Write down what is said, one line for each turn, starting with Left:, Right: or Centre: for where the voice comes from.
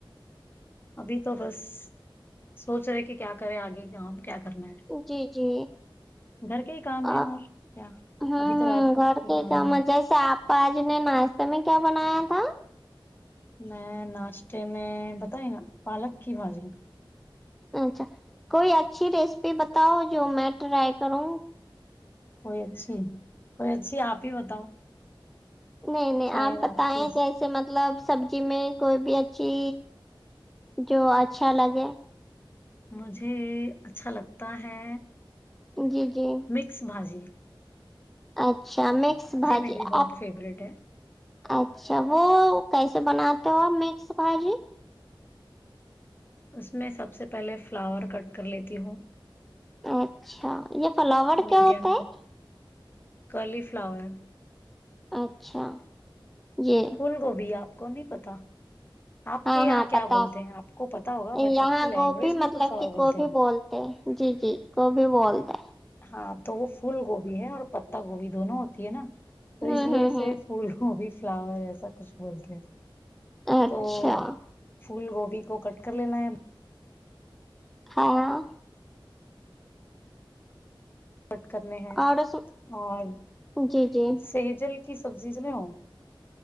Left: ابھی تو بس سوچ رہے کہ کیا کرے آگے جاں کیا کرنا ہے
Centre: جی جی
Left: گھر کے ہی کام
Centre: ھمم
Left: ہے اور کیا
Centre: ھمم
Left: ابھی تو رات کا
Centre: گھر
Left: کوکنگ
Centre: کے
Left: وغیرہ
Centre: کام جس آپ آج نے ناشتے میں کیا بنایا تھا
Left: میں ناشتے میں بتائی نا پالک کی بھاجی
Centre: اچھا کوئی اچھی ریسیپی بتاؤ جو میں ٹرائی کروں
Left: کوئی اچھی کوئی اچھی آپ ہی بتاؤ
Centre: نہیں نہیں
Left: شاید
Centre: آپ بتائیں
Left: کی ریس
Centre: کیسے مطلب سبزی میں کوئی بھی اچھی جو اچھا لگے
Left: مجھے اچھا لگتا ہے
Centre: جی جی
Left: مکس بھاجی
Centre: اچھا مکس بھاجی
Left: میری بہت
Centre: آپ
Left: فیوریٹ ہے
Centre: اچھا وہ کیسے بناتے ہو آپ مکس بھاجی
Left: اس میں سب سے پہلے فلاور کٹ کر لیتی ہوں
Centre: اچھا یہ فلاور
Left: میڈیم
Centre: کیا ہوتا ہے
Left: کرلی فلاور
Centre: اچھا جی
Left: پھول گوبی آپ کو نہیں پتا آپ
Centre: ہاں
Left: کے یہاں
Centre: ہاں
Left: کیا
Centre: پتا
Left: بولتے ہیں آپ کو پتا ہوگا بٹ
Centre: یہاں
Left: آپ کی لینگویج
Centre: گوبھی مطلب
Left: میں کچھ اور
Centre: کہ
Left: بولتے
Centre: گوبھی
Left: ہیں
Centre: جی جی گوبی بولتے ہے
Left: ہاں تو وہ فھول گوبھی ہے اور پتا گوبھی دونوں ہوتی ہے نا تو
Centre: ہوں
Left: اس لیے
Centre: ہوں
Left: سے
Centre: ہوں
Left: پھول وہ بھی فلاور ایسا کچھ بولتے ہیں
Centre: اچھا
Left: تو پھول گوبھی کو کٹ کر لینا ہے
Centre: ہاں
Left: کٹ کرنے ہیں
Centre: اور اس
Left: اور
Centre: جی جی
Left: سیجل کی سبزیز <unintelligible> میں